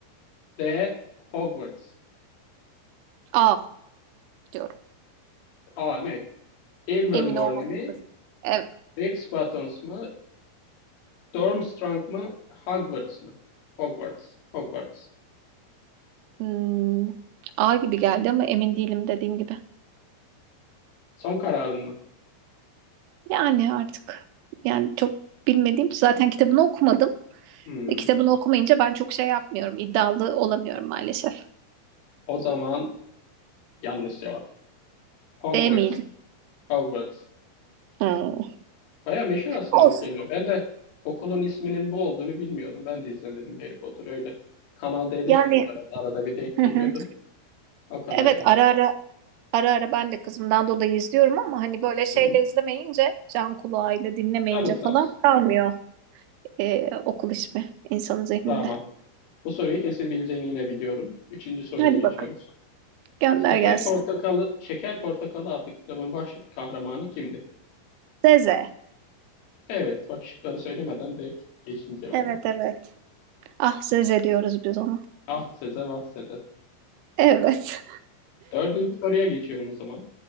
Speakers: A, on the left; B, on the right.
A: D. Hogwarts.
B: A diyorum.
A: A ne? Ilvermorny
B: Emin olmamak
A: mi?
B: lazım. Evet.
A: Rex Buttons mı? Durmstrang mı? Hogwarts mı? Hogwarts. Hogwarts.
B: Hmm, A gibi geldi ama emin değilim dediğim gibi.
A: Son kararın mı?
B: Yani artık yani çok bilmediğim zaten kitabını okumadım.
A: Hmm.
B: E, Kitabını okumayınca ben çok şey yapmıyorum. iddialı olamıyorum maalesef.
A: O zaman yanlış cevap. Hogwarts.
B: Değil miydi?
A: Hogwarts.
B: Hmm.
A: Baya meşhur aslında
B: Olsun.
A: bu kelime. Ben de okulun isminin bu olduğunu bilmiyordum. Ben de izlemedim Harry Potter öyle. Kanal D'de
B: Yani
A: çıkıyordu herhalde. Arada bir denk
B: Hı
A: geliyordu.
B: hı.
A: O kadar
B: evet
A: yani.
B: ara ara ara ara ben de kızımdan dolayı izliyorum ama hani böyle şeyle
A: Hı hı.
B: izlemeyince can kulağıyla dinlemeyince
A: Canın sağ
B: falan
A: olsun.
B: kalmıyor e, okul ismi insanın zihninde.
A: Tamam. Bu soruyu kesin bileceğini yine biliyorum. Üçüncü soruya
B: Hadi
A: geçiyoruz.
B: bakalım gönder
A: Şeker
B: gelsin.
A: Portakalı, Şeker Portakalı adlı kitabın baş kahramanı kimdi?
B: Zeze.
A: Evet, bak şıkları söylemeden direkt geçtim cevaba.
B: Evet evet. Ah Zeze diyoruz biz ona.
A: Ah Seze, vah Seze.
B: Evet.
A: Dördüncü soruya geçiyorum o zaman.